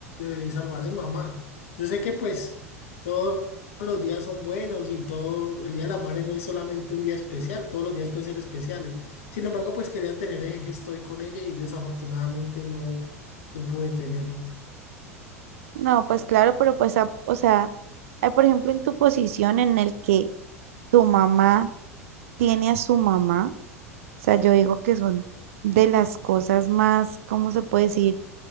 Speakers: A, on the left (about 65°); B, on the right (about 65°).
A: de saludar a mi mamá. Yo sé que pues todos los días son buenos y todo el Día de la Madre no es solamente un día especial, todos los días pueden ser especiales. Sin embargo, pues quería tener ese gesto ahí con ella y desafortunadamente no, no pude tenerlo.
B: No, pues claro, pero pues, a- o sea, eh, por ejemplo, en tu posición en el que tu mamá tiene a su mamá, o sea, yo digo que son de las cosas más, ¿cómo se puede decir?